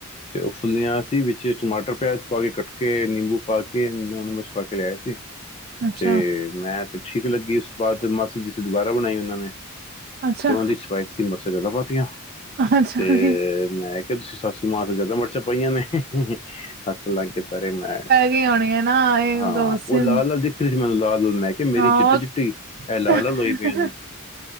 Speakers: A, on the left; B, on the right.
A: ਤੇ ਓ ਫੁੱਲੀਆਂ ਸੀ ਵਿੱਚੇ ਈ ਟਮਾਟਰ ਪਿਆਜ ਪਾ ਕੇ ਕੱਟ ਕੇ ਨਿੰਬੂ ਪਾ ਕੇ ਪਾ ਕੇ ਲਿਆਏ ਸੀ
B: ਅੱਛਾ।
A: ਤੇ ਮੈਂ ਤੇ ਠੀਕ ਲੱਗੀ, ਉਸ ਤੋ ਬਾਅਦ ਮਾਸੀ ਜੀ ਸੇ ਦੁਬਾਰਾ ਬਣਾਏ ਓਨਾਂ ਨੇ,
B: ਅੱਛਾ,
A: ਤੇ ਓ ਵੀ ਸਵਾਦ ਤੁਸੀ ਮੀਰਚਾ ਜਾਦਾ ਪਾਤੀਆਂ
B: ਅੱਛਾ
A: ਤੇ
B: ਜੀ,
A: ਮੈਂ ਤੁਸੀਂ ਸਾਸੂ ਮਾ ਤੋ ਜ਼ਾਦਾ ਮਿਰਚਾਂ ਪਾਈਆਂ ਨੇ, ਹਹ ਹੱਸਣ ਲੱਗ ਗਏ ਸਾਰੇ ਮੈਂ
B: ਕੇਂਦੇ ਹੋਣੇ ਆ ਨਾ ਇਹ
A: ਹਾਂ,
B: ਦੋ ਸਿਮ
A: ਓ ਲਾਲ -ਲਾਲ ਦਿਖ ਰਈ ਸੀ, ਮੈਨੂੰ ਲਾਲ -ਲਾਲ ਮੈਂ ਕਿ ਮੇਰੀ
B: ਹਾਂ
A: ਚਿੱਟੀ- ਚਿੱਟੀ, ਏ
B: ਉਹ
A: ਲਾਲ-ਲਾਲ ਹੋਈ ਪਈਆਂ ਨੇ,